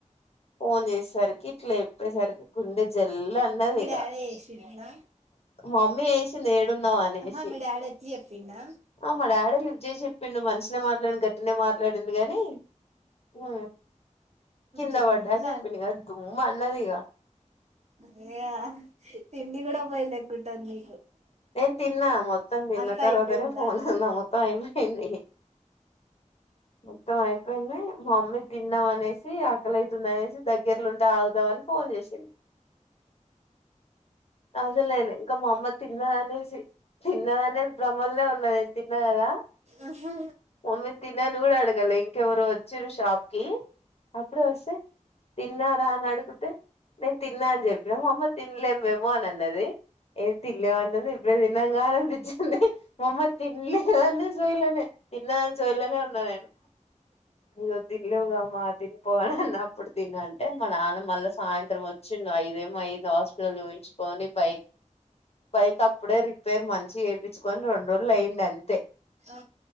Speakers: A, on the left; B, on the right.
A: ఫోన్ చేసేసరికి ఇట్లా చెప్పేసరికి గుండె జల్లు అన్నది
B: మీ
A: ఇక
B: డాడీ చేసిండా
A: మమ్మీ చేస్ స ఏడ్ ఉన్నావు అనేసి
B: ఆహా మీ డాడీ వచ్చి చెప్పిండా
A: ఆ మా డాడే లిఫ్ట్ చేసి చెప్పిండు నువ్వు మంచినే మాట్లాను గట్టినే మాట్ డిండు గానీ ఆ కింద
B: జల్దీ
A: పడ్డా అని చెప్పిండి ఇగ దుమ్ అన్నది ఇగ
B: ఇగ తిండి కూడాడా పో లెక్కుంటాంది
A: నేను తిన్నా మొత్తం తిన్న
B: అంతా
A: తర్వాతనే
B: అయిపోయిందా
A: ఫోన్ అంద మొత్తం అయిపోయింది మొత్తం అయిపోయింది మమ్మీ కింద ప అనేసి ఆకల అవుతుంది అనేసి దగ్ కేరళండి తాగుదామని ఫోన్ చేసింది అసలు నేను ఇంకా మా అమ్మ తిన్నదనేసి తిన్నదనే భ్రమల్నే ఉన్నది నేను తిన్నా కదా
B: ఆహా ఆహా
A: మమ్మీ తిన్ అని కూడా అడగలే ంకేవరో వచ్చిర్రు షాప్ కి అప్పుడే వస్తే తిన్నారా అని అడిగితే నేను తిన్నా అని చెప్పి ఇగ మా మమ్మీ తినలేం మేము అని అన్నది ఏం తినలే అంటది ఇప్పుడే తిన్నంగా అనిపించి అే మామ్మ తిన్లే అనే సోయిలే నా తిన్నదన్న సోయిలనే ఉన్నా నేను ఈ రోజ్ తిన్లే వామ్మ తిన్ పో అన్న అప్పుడు తిను అంటే మ నాన్నమ్ మళ్ళ సాయంత్రం వచ్చి ండు ఐదేమో అయింది హాస్పిటల్ చూయించుకని బైక్ బైక్ అప్పుడే రిపె పేర్ మంచి ఏపిచ్చుకొని రెండ్ రోలయ్యిందది అంతె
B: ఆ